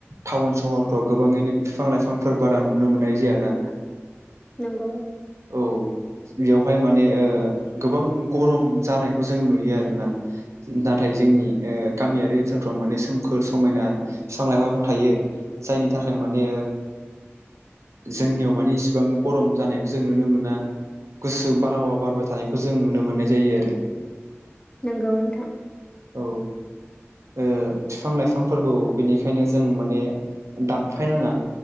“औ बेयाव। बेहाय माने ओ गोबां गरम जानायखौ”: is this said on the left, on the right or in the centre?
Right